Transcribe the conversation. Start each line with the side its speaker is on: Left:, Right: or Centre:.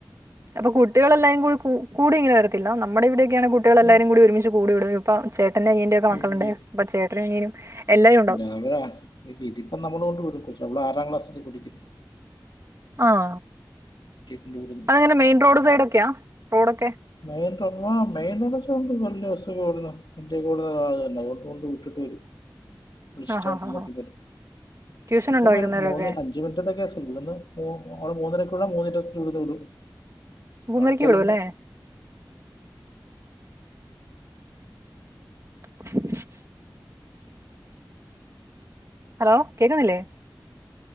Right: അപ്പൊ കുട്ടികളെല്ലായും കൂ ക കൂടി ഇങ്ങനെ വരത്തില്ല നമ്മുടെ ഇവിടയൊക്കെയാണെ കു കുട്ടികൾ എല്ലാരും
Left: ഏയ്
Right: കൂടി ഒരുമിച്ച് കൂടി വിടും ഇപ്പം ചേട്ടന്റെ അനിയന്റെ ഒക്കെ മക്കളുണ്ട്
Left: ഇല്ല
Right: അപ്പ ചേട്ടനും അനിയും എല്ലാരും ഇണ്ടാവും
Left: <unintelligible> ഇ ഇതിപ്പം നമ്മള് കൊണ്ട് കൊടുക്കും അവൾ ആറാം ക്ലാസ്സിൽ പടിക്കുന്നു
Right: ആഹ
Left: കുട്ടിയെ കൊണ്ട് വിടുന്നു
Right: അതിങ്ങനെ മെയിൻ റോഡ് സൈഡൊക്കെയാ റോഡൊക്കെ
Left: മെയിൻ മെയിന് ഉടച്ചൊണ്ട് വല്ല ബസ് കേറ്ന്ന് വണ്ടി ഒക്കെവിട ആ അതെന്നെ വിട്ടിട്ട് വരും
Right: <unintelligible>
Left: വിളിച്ചിട്ടണ്ട്
Right: ഹാ
Left: ഇങ്ങോട്ട്
Right: ഹാ
Left: വരും
Right: ട്യൂഷൻ
Left: ഇപ്പൊ
Right: ഉണ്ടോ വൈകുന്നേരമൊക്കെ
Left: ഒരു മൂന്ന് അഞ്ച് അമിനറ്റത്തെ കേസ്ന്ന് അവിടെ മൂന്നരക്കുള്ള മൂന്നിരൂടന്ന് വിടും
Right: മൂന്നരയ്ക്ക്
Left: അവിടെ ചെല്ലുമ്പോൾ
Right: വീടുവല്ലേ <unintelligible> ഹലോ കേക്ക്ന്നില്ലേ